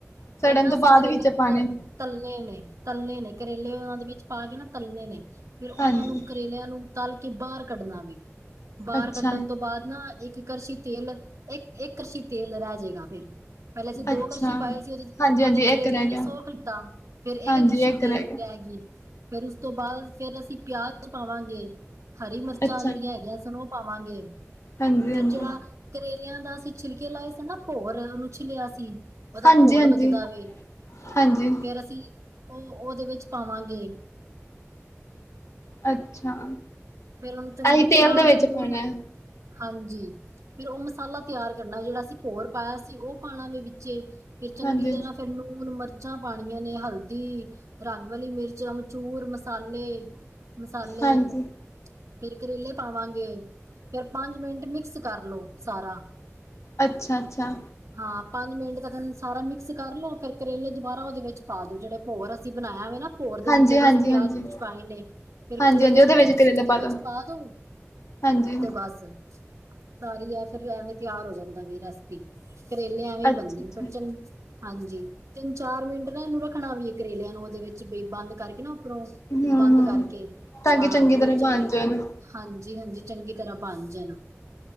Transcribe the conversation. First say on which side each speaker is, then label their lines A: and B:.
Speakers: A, on the left (about 65°); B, on the right (about 75°).
A: ਸੜਨ
B: ਨਾ
A: ਤੋਂ
B: ਅਸੀਂ
A: ਬਾਅਦ
B: ਕਰੇਲੇ
A: ਵਿੱਚ ਪਾਂਨਾ
B: ਤ- ਤਲਨੇ ਨੇ ਤਲਨੇ ਨੇ ਕਰੇਲੇ ਉਹਨਾਂ ਦੇ ਵਿੱਚ ਪਾ ਕੇ ਨਾ ਤਲਨੇ ਨੇ ਫਿਰ ਉਹਨਾਂ
A: ਹਾਂਜੀ
B: ਨੂੰ ਕਰੇਲਿਆਂ ਨੂੰ ਤਲ ਕੇ ਬਾਹਰ ਕੱਢਣਾ ਵੀ ਬਾਹਰ
A: ਅੱਛਾ
B: ਕੱਢਣ ਤੋਂ ਬਾਦ ਨਾ ਇੱਕ ਕਰਸ਼ੀ ਤੇਲ ਇੱਕ-ਇੱਕ ਕਰਸ਼ੀ ਤੇਲ ਰਹਿ ਜੇਗਾ ਫੇਰ ਪਹਿਲੇ ਅਸੀਂ
A: ਅੱਛਾ
B: ਦੋ ਕਰਸ਼ੀ ਪਾਏ ਸੀ ਉਹਦੇ-ਉਹਦੇ
A: ਹਾਂਜੀ ਹਾਂਜੀ
B: ਕਰੇਲਿਆਂ
A: ਇੱਕ ਰਹਿ
B: ਨੇ
A: ਗਿਆ
B: ਸੋਖ ਲਿਤਾ ਫੇਰ ਇਕ
A: ਹਾਂਜੀ
B: ਕਰਸ਼ੀ
A: ਇੱਕ
B: ਤੇਲ
A: ਰਹਿ
B: ਦੀ
A: ਗਿਆ
B: ਰਹਿਗੀ ਫੇਰ ਉਸ ਤੋਂ ਬਾਅਦ ਫੇਰ ਅਸੀਂ ਪਿਆਜ਼ ਪਾਵਾਂਗੇ ਹਰੀ ਮਿਰਚਾਂ
A: ਅੱਛਾ
B: ਜਿਹੜੀਆਂ ਹੈਗੀਆਂ ਸਨ ਉਹ ਪਾਵਾਂਗੇ
A: ਹਾਂਜੀ
B: ਫੇਰ
A: ਹਾਂਜੀ
B: ਜਿਹੜਾ ਕਰੇਲਿਆਂ ਦਾ ਅਸੀਂ ਛਿਲਕੇ ਲਾਏ ਸੀ ਨਾ ਭੋਰ ਉਹਨੂੰ ਛਿੱਲਿਆ ਸੀ ਉਹਦਾ
A: ਹਾਂਜੀ
B: ਭੋਰ
A: ਹਾਂਜੀ
B: ਵੱਜਦਾ ਵੇ,
A: ਹਾਂਜੀ
B: ਫੇਰ ਅਸੀਂ ਉਹ ਉਹਦੇ ਵਿੱਚ ਪਾਵਾਂਗੇ।
A: ਅੱਛਾ
B: ਫੇਰ ਉਹਨੂੰ ਚੰਗੀ
A: ਅਸੀਂ ਤੇਲ
B: ਤਰ੍ਹਾਂ
A: ਦੇ ਵਿੱਚ
B: ਨੂਨ
A: ਪਾਉਣਾ
B: ਹਾਂਜੀ ਫੇਰ ਉਹ ਮਸਾਲਾ ਤਿਆਰ ਕਰਨਾ ਜਿਹੜਾ ਅਸੀਂ ਭੋਰ ਪਾਇਆ ਸੀ ਉਹ ਪਾਣਾ ਵੇ ਵਿੱਚੇ ਫਿਰ ਚੰਗੀ
A: ਹਾਂਜੀ
B: ਤਰਾ ਫੇਰ ਲੂਨ ਮਿਰਚਾਂ ਪਾਣੀਆਂ ਨੇ ਹਲਦੀ ਰੰਗ ਵਾਲੀ ਮਿਰਚ ਚੂਰ ਮਸਾਲੇ-ਮਸਾਲੇ
A: ਹਾਂਜੀ
B: ਫੇਰ ਕਰੇਲੇ ਪਾਵਾਂਗੇ ਫੇਰ ਪੰਜ ਮਿੰਟ ਮਿਕਸ ਕਰਲੋ ਸਾਰਾ
A: ਅੱਛਾ-ਅੱਛਾ
B: ਹਾਂ ਪੰਜ ਮਿੰਟ ਤੱਕ ਸਾਰਾ ਮਿਕਸ ਕਰ ਲਓ ਫੇਰ ਕਰੇਲੇ ਦੁਬਾਰਾ ਉਹਦੇ ਵਿੱਚ ਪਾ ਦੋ ਜਿਹੜੇ ਭੋਰ ਅਸੀਂ ਬਣਾਇਆ ਵੇ ਨਾ ਭੋਰ ਦੇ
A: ਹਾਂਜੀ-ਹਾਂਜੀ,
B: ਵਿੱਚ ਵੀ ਅਸੀਂ ਪਿਆਜ
A: ਹਾਂਜੀ।
B: ਪੂਆਜ ਪਾਏ ਨੇ ਫਿਰ
A: ਹਾਂਜੀ-ਹਾਂਜੀ,
B: ਕਰੇਲਿਆਂ
A: ਉਹਦੇ
B: ਨੂੰ
A: ਵਿੱਚ
B: ਵੀ ਤੁਸੀਂ
A: ਕਰੇਲੇ
B: ਇਹਦੇ
A: ਦੋ,
B: ਵਿਚ ਪਾ ਦੇਓ
A: ਹਾਂਜੀ,
B: ਤੇ ਬਸ ਸਾਰੀ ਆ ਫਿਰ ਐਵੇਂ ਤਿਆਰ ਹੋ ਜਾਂਦਾ ਵੀ ਰੈਸਪੀ ਕਰੇਲੇ ਐਵੇਂ ਹੀ
A: ਅੱਛਾ-ਅੱਛਾ,
B: ਬਣਦੇ ਨੇ ਫਿਰ ਚੰ ਹਾਂਜੀ ਤਿੰਨ ਚਾਰ ਮਿੰਟ ਨਾ ਇਹਨੂੰ ਰੱਖਣਾ ਵੀ ਐ ਕਰੇਲਿਆਂ ਨੂੰ ਉਹਦੇ ਵਿੱਚ ਬ ਬੰਦ ਕਰਕੇ ਨਾ ਉੱਪਰੋਂ
A: ਹੂੰ-ਹੂੰ।
B: ਬੰਦ ਕਰਕੇ
A: ਤਾਂ ਕਿ
B: ਹਾਂ ਵੀ
A: ਤਰ੍ਹਾਂ
B: ਉਹ ਚੰਗੀ
A: ਬਣ ਜਾਣ,
B: ਹਾਂਜੀ-ਹਾਂਜੀ ਚੰਗੀ ਤਰ੍ਹਾਂ ਬਨ ਜਾਣ,